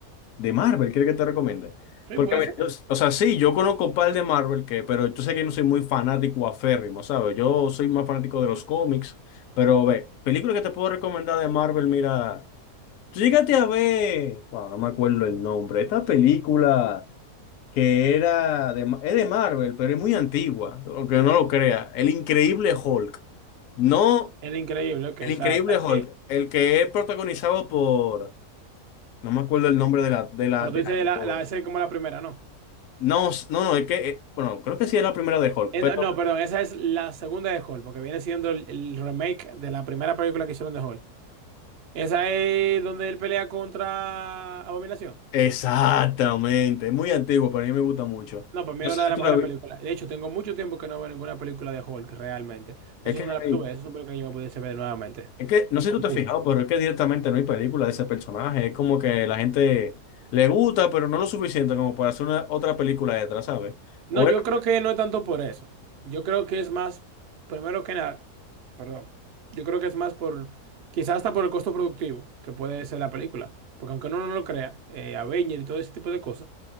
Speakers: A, on the left; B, on the right.
A: De Marvel, ¿quieres que te recomiende?
B: sí,
A: Porque,
B: puede
A: mira,
B: ser.
A: yo- o sea, sí, yo conozco un par de Marvel, que, pero yo sé que yo no soy muy fanático aférrimo, ¿sabes? Yo soy más fanático de los cómics, pero ve, película que te puedo recomendar de Marvel, mira, llégate a ver, bueno, no me acuerdo el nombre, esta película. que era de, Ma- es de Marvel, pero es muy antigua, aunque no lo crea. El Increíble Hulk. No,
B: El increíble, ok.
A: el
B: O
A: Increíble
B: sea, ¿sabes
A: Hulk,
B: qué?
A: el que es protagonizado por, no me acuerdo el nombre de la, de la,
B: Pero
A: del
B: tú dices,
A: actor.
B: la, la- esa es como la primera, ¿no?
A: No, s- no, no, es que, eh, bueno, creo que sí es la primera de Hulk,
B: Eh,
A: pero
B: no, no, perdón, esa es la segunda de Hall, porque viene siendo el, el remake de la primera película que hicieron de Hall. Esa es donde él pelea contra Abominación.
A: exactamente, es muy antiguo, pero a mí me gusta mucho.
B: No, para mí
A: No
B: es
A: sé
B: una de
A: si
B: las
A: tú
B: mejores
A: la vi-
B: películas. De hecho, tengo mucho tiempo que no veo ninguna película de Hulk, realmente. Eso
A: Es que
B: es una
A: no
B: de
A: hay.
B: las tuve, esas son películas que yo me pudiese ver nuevamente.
A: Es que, no
B: Tengo
A: sé si tú te
B: mucho.
A: has fijado, pero es que directamente no hay película de ese personaje. Es como que la gente le gusta, pero no lo suficiente como para hacer una otra película detrás, ¿sabes?
B: No,
A: O
B: yo
A: era-
B: creo que no es tanto por eso. Yo creo que es más, primero que nada, perdón, yo creo que es más por, quizás hasta por el costo productivo que puede ser la película. Porque aunque uno no lo crea, eh, Avenger y todo ese tipo de cosas,